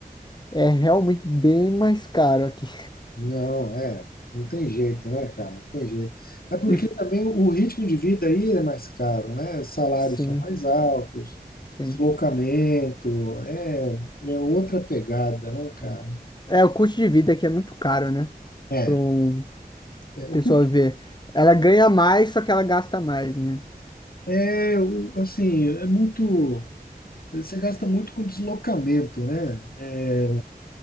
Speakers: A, on the left; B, on the left.
A: É realmente bem mais caro aqui.
B: Não, é, não tem jeito, né, cara? Não tem jeito. É porque
A: E, f-
B: também o ritmo de vida aí é mais caro, né? Os salários
A: sim,
B: são mais altos,
A: sim.
B: deslocamento, é, é outra pegada, né, cara?
A: É, o custo de vida aqui é muito caro, né?
B: É,
A: Para um
B: é,
A: pessoa
B: o que-
A: ver. Ela ganha mais, só que ela gasta mais, né?
B: é o- assim, é muito, você gasta muito com deslocamento, né? é,